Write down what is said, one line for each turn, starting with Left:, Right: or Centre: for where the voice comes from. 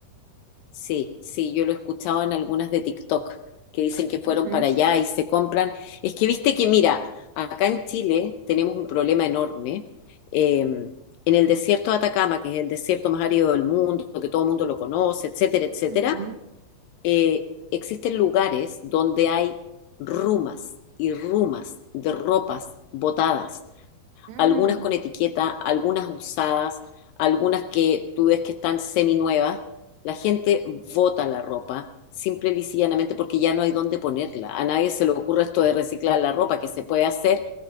Left: Sí, sí, yo lo he escuchado en algunas de TikTok que dicen que fueron
Right: Ujú,
Left: para allá y se compran. Es que viste que, mira, acá en Chile tenemos un problema enorme. Eh, en el desierto de Atacama, que es el desierto más árido del mundo, que todo el mundo lo conoce, etcétera, etcétera,
Right: ujú.
Left: eh, existen lugares donde hay rumas y rumas de ropas botadas
Right: Mm.
Left: algunas con etiqueta, algunas usadas, algunas que tú ves que están seminuevas. La gente vota la ropa simple y llanamente porque ya no hay dónde ponerla. A nadie se le ocurre esto de reciclar la ropa, que se puede hacer,